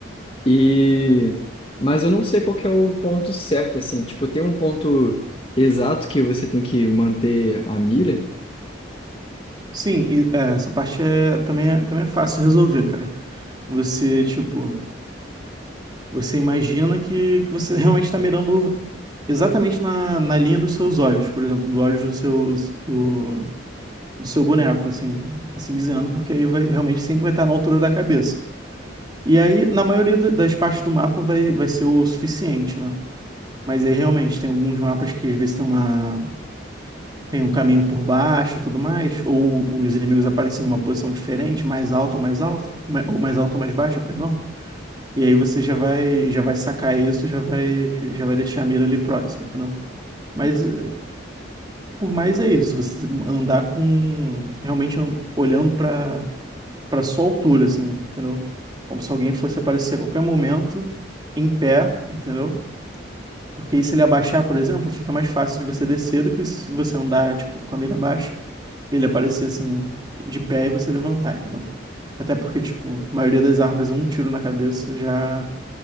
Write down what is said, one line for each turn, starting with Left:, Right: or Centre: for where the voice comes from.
Left: E... Mas eu não sei qual que é o ponto certo, assim. Tipo, tem um ponto exato que você tem que manter a mira?
Right: Sim, e, é, essa parte é, também, é, também é fácil resolver, cara. Você, tipo, Você imagina que, que você realmente está mirando exatamente na, na linha dos seus olhos, por exemplo, dos olhos do seu, do, do seu boneco, assim, assim dizendo, porque aí vai, realmente sempre vai estar na altura da cabeça. E aí, na maioria do- das partes do mapa, vai, vai ser o suficiente, né? Mas aí realmente tem alguns mapas que às vezes tem uma, tem um caminho por baixo e tudo mais, ou os inimigos aparecem numa posição diferente, mais alta ou mais alta, ma- ou mais alta ou mais baixa, perdão. E aí você já vai, já vai sacar isso, já vai, já vai deixar a mira ali próximo, entendeu? Mas eh, por mais é isso, você andar com realmente an- olhando para para sua altura, assim, entendeu? Como se alguém fosse aparecer a qualquer momento em pé, entendeu? Porque aí se ele abaixar, por exemplo, fica mais fácil de você descer do que se você andar tipo com a mira baixa, ele aparecer assim de pé e você levantar, entendeu? Até porque tipo, a maioria das armas um tiro na cabeça já